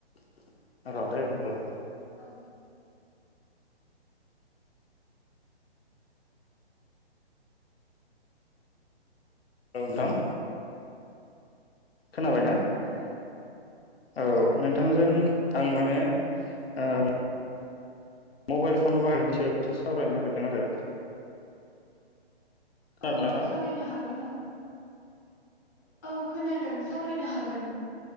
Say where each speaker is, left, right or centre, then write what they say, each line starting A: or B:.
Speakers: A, on the left; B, on the left.
A: <inaudible>
B: औ।
A: औ नोंथां। खोनाबायना
B: औ औ खोनाबाय।
A: औ नोंथांजों आं माने। ओं। मबाइल फन बाहायनायनि सायावसो सावरायनो नागिरदों आरो। खोनादों
B: औ
A: ना
B: औ
A: नोंथाङा
B: सावरायनो हागोन औ। औ खोनादों सावरायनो हागोन।